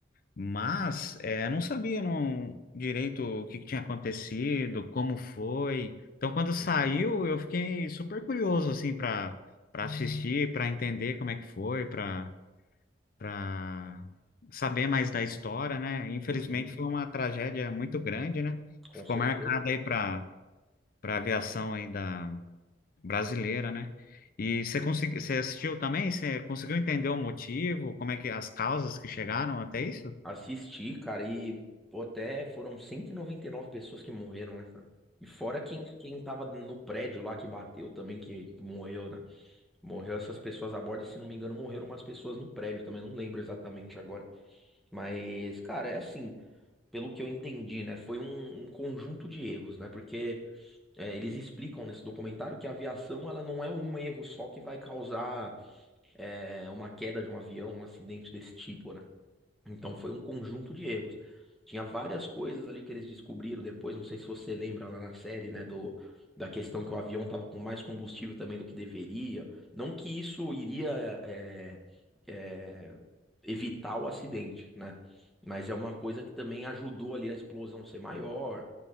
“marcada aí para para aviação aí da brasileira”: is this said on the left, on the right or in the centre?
Left